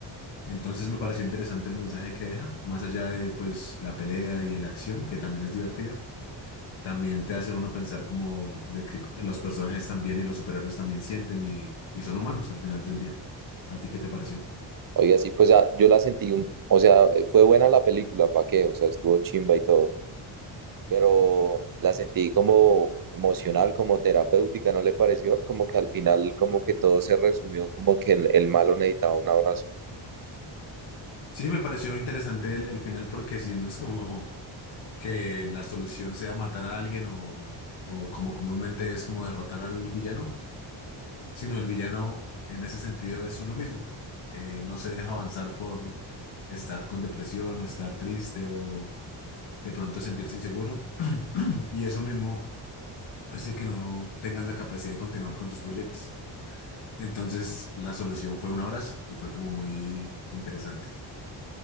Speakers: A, on the left; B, on the right.
A: Entonces me pareció interesante el mensaje que deja, más allá de pues la pelea y la acción, que también es divertida, también te hace uno pensar como de que los personajes también y los superhéroes también sienten y, y son humanos al final del día. ¿A ti qué te pareció?
B: Oiga, sí, pues ah, yo la sentí un, o sea, fue buena la película, ¿pa' qué? O sea, estuvo chimba y todo pero la sentí como emocional, como terapéutica, ¿no le pareció? Como que al final, como que todo se resumió, como que el, el malo necesitaba un abrazo.
A: Sí, me pareció interesante el, el final porque si no es como, que la solución sea matar a alguien o, o como comúnmente es como derrotar al villano, sino el villano en ese sentido es uno mismo, que no se deja avanzar por estar con depresión o estar triste o de pronto sentirse inseguro <clears throat> y eso mismo hace que no tengas la capacidad de continuar con tus proyectos. Entonces la solución fue un abrazo y fue como muy interesante.